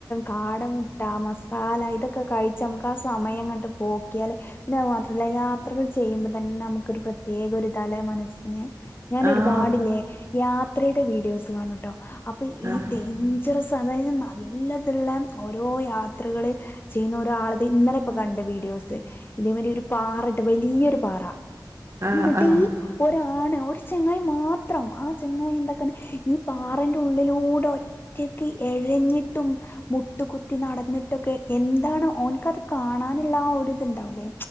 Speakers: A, on the left (about 30°); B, on the right (about 40°).
A: കാട മുട്ട മസ് ല ഇതൊക്കെ കഴിച്ച് നമുക്ക് ആ സമയംങ്ങട്ട് പോക്കിയാലേ പിന്നെ അത് മാത്രല്ല യാ യാത്രകൾ ചെയ്യുമ്പോൾ തന്നെ നമുക്കൊരു പ്രത്യേക ഒരുരിതാലെ മനസ്സിന്. ഞാനോരുപാട്ഇല്യേ
B: ആഹ്
A: യാത്രയുടെ വീഡിയോസ് കാണൂട്ടോ അപ്പൊ ഈ
B: ആഹ്
A: ഡൈഞ്ചറസ് അതായത് നല്ലതുള്ള ഓരോ യാത്ര യാത്രകള് ചെയ്യുന്ന ഒരാളത് ഇന്നലെ ഇപ്പൊ കണ്ട് വീഡിയോസ് ഇതേമാരി ഒരു പാറട്ടോ വല്യയൊരു പാറ
B: ആഹ്
A: എന്നിട്ട്
B: ആഹ്
A: ഈ ഒരാ ആണ് ഒരു ചെങ്ങായി മാത്രം ആ ചെങ്ങായി എന്തൊക്കാണ് ഈ പാറിന്റെ ഉള്ളിലൂടെ ഒറ്റ ക് എഴഞ്ഞിട്ടും മുട്ടുകുത്തി നടന്നി ന്തൊക്കെ എന്താണ് ഓനിക്ക് അതു കാണാനുള്ള ആ ഒരിതുണ്ടാവൂല്ലേ